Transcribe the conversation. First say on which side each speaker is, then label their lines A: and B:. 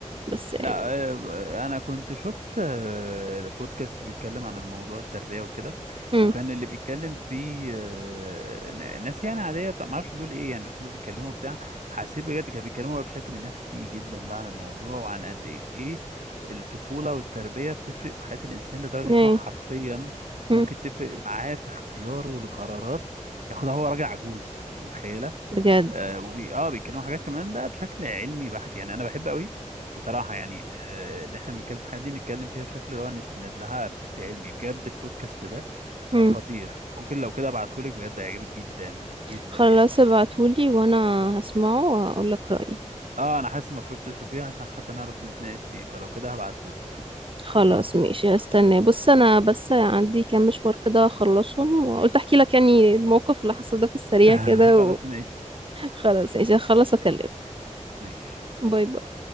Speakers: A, on the right; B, on the right.
A: بس يعني
B: لا آه، انا كنت شفت آه، بودكاست بيتكلم عن الموضوع التربية وكده
A: امم
B: وكان اللي مم. بيتكلم فيه آه، ن- ناس يعني عادية بتاع ما اعرفش دول ايه يعني بس هم بيتكلموا بتاع حسيت بجد كانوا بيتكلموا بقى بشكل نفسي جدا بقى عن الموضوع وعن قد ايه الطفولة والتربية بتفرق في حياة الانسان لدرجة
A: ايه
B: ان هو حرفيا ممكن
A: امم
B: تفرق معاه في اختياره لقرارات ياخدها هو راجل عجوز انت متخيلة
A: بجد
B: آه يعني وبي اه بيتكلموا حاجات كمان بقى بشكل علمي بحت يعني انا بحب قوي بصراحه يعني آه، ان احنا بنتكلم في حاجه دي نتكلم فيها بشكل اللي هو نستند لها بشكل علمي بجد البودكاست ده كان
A: امم
B: خطير ممكن لو كده ابعتهولك بجد هيعجبك جدا جدا
A: خلاص
B: يعني
A: ابعتولي وانا هسمعه واقولك رأيي
B: اه انا حاسس المفروض تشوفيه عشان حتى نعرف نتناقش فيه فلو كده هبعتهولك
A: خلاص ماشي هستناه بص انا بس عندي كام مشوار كده اخلصهم وقلت احكي لك يعني الموقف اللي حصل ده في السريع
B: <laughs>
A: كده
B: خلاص ماشي
A: وخلاص <laughs> ماشي هخلص اكلمك
B: ماشي
A: باي باي